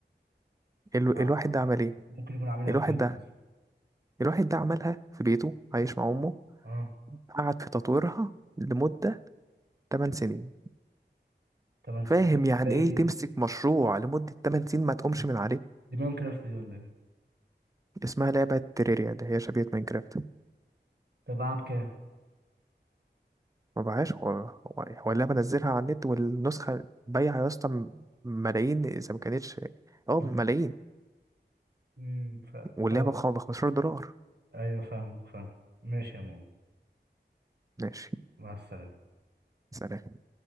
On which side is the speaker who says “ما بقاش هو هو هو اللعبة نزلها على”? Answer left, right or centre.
Right